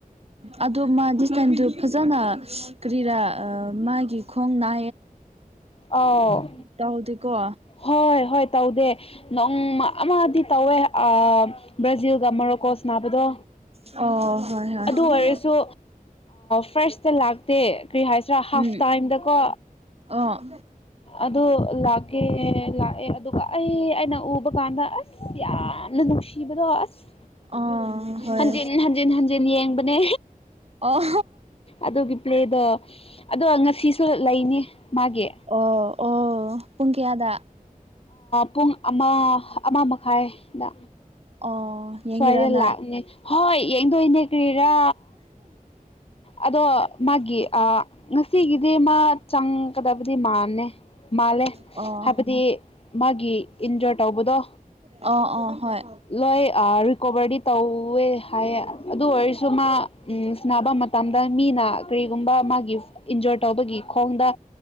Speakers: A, on the right; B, on the left.
A: ꯑ ꯃꯥ ꯗꯤꯁ ꯇꯥꯏꯝꯗꯨ ꯐꯖꯅ ꯀꯔꯤꯔꯥ ꯃꯥꯒꯤ ꯈꯣꯡ ꯅꯥ
B: ꯑ
A: ꯇꯧꯗꯦꯀꯣ
B: ꯍꯣꯏ ꯍꯣꯏ ꯇꯧꯗꯦ ꯅꯣꯡꯃ ꯑꯃꯗꯤ ꯇꯧꯋꯦ ꯕ꯭ꯔꯥꯖꯤꯜꯒ ꯃꯣꯔꯣꯀꯣꯁ ꯅꯥꯕꯗꯣ
A: ꯑꯣ ꯍꯣꯏ ꯍꯣꯏ
B: ꯑꯗꯨ ꯑꯣꯏꯔꯁꯨ ꯐꯥꯔꯁꯇ ꯂꯥꯛ ꯗꯦ ꯀꯔꯤ ꯍꯥꯏꯁꯤꯔꯥ ꯍꯥꯐ
A: ꯎꯝ
B: ꯇꯥꯏꯝꯗꯀꯣ
A: ꯑꯣ
B: ꯑꯗ ꯂꯥꯛꯀꯦ ꯂꯥꯛꯑꯦ ꯑꯗꯨꯒ ꯑꯩ ꯑꯩꯅ ꯎꯕ ꯀꯥꯟꯗ ꯑꯁ ꯌꯥꯝꯅ ꯅꯨꯡꯁꯤꯕꯗꯣ ꯑꯁ
A: ꯑꯣ ꯍꯣꯏ
B: ꯍꯪꯖꯤ ꯍꯪꯖꯤ ꯍꯪꯖꯤ ꯌꯦꯡꯕꯅꯦ
A: ꯑꯣ
B: ꯑꯗꯨꯒꯤ ꯄ꯭ꯂꯦꯗꯣ ꯑꯗꯣ ꯉꯁꯤꯁꯨ ꯂꯩꯅꯤ ꯃꯥꯒꯤ
A: ꯑꯣ ꯑꯣ ꯄꯨꯡ ꯀꯌꯥꯗ
B: ꯄꯨꯡ ꯑꯃ ꯑꯃ ꯃꯈꯥꯏꯗ
A: ꯑꯣ ꯌꯦꯡꯒꯦꯔ
B: ꯁ꯭ꯋꯥꯏꯗ
A: ꯅꯪ
B: ꯂꯥꯛꯅꯦ ꯍꯣꯏ ꯌꯦꯡꯗꯣꯏꯅꯦ ꯀ꯭ꯔꯤꯔꯥ ꯑꯗꯣ ꯃꯥꯒꯤ ꯑ ꯉꯁꯤꯒꯤ ꯍꯥꯏꯗꯤ ꯃꯥ ꯆꯪꯒꯗꯕꯗꯤ ꯃꯥꯂ ꯃꯥꯜꯂꯦ
A: ꯑꯣ
B: ꯍꯥꯏꯕꯗꯤ ꯃꯥꯒꯤ ꯏꯟꯖꯣꯏ ꯇꯧꯕꯗꯣ
A: ꯑꯣ ꯑꯣ ꯍꯣꯏ
B: ꯂꯣꯏ ꯑꯥ ꯔꯤꯀꯣꯕꯔꯗꯤ ꯇꯧ ꯇꯑꯦ ꯍꯥꯏꯌꯦ ꯑꯗꯨ ꯑꯣꯏꯔꯁꯨ ꯃꯥ ꯎꯝꯅꯕ ꯃꯇꯝꯗ ꯃꯤꯅ ꯀꯔꯤꯒꯨꯝꯕ ꯃꯥꯒꯤ ꯏꯟꯖꯣꯔ ꯇꯧꯕꯒꯤ ꯈꯣꯡꯗ